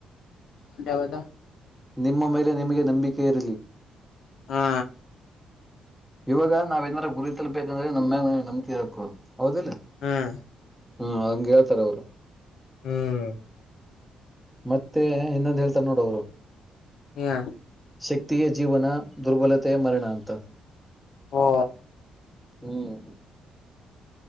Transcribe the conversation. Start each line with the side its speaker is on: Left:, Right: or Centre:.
Left: ಅದ್ಯಾವದ.
Centre: ನಿಮ್ಮ ಮೇಲೆ ನಿಮಗೆ ನಂಬಿಕೆ ಇರಲಿ.
Left: ಹಾ.
Centre: ಇವಾಗ ನಾವ್ ಏನಾರ ಗುರಿ ತಲ್ಬೇಕಂದ್ರೆ ನಮ್ಮ ನಮ್ಕ ಇರಕ್ಕು. ಹೌದಿಲ್ಲ.
Left: ಹ್ಮ್
Centre: ಹ್ಮ ಹಂಗೆ ಹೇಳ್ತಾರ ಅವ್ರು.
Left: ಹ್ಮ್.
Centre: ಮತ್ತೆ ಇನ್ನೊಂದು್ ಹೇಳ್ತಾರ ನೋಡು ಅವರು.
Left: ಹಾ.
Centre: ಶಕ್ತಿಯೆ ಜೀವನ ದುರ್ಬಲತೆಯ ಮರಣಾ ಅಂತ.
Left: ಓಓ.
Centre: ಹ್ಮ್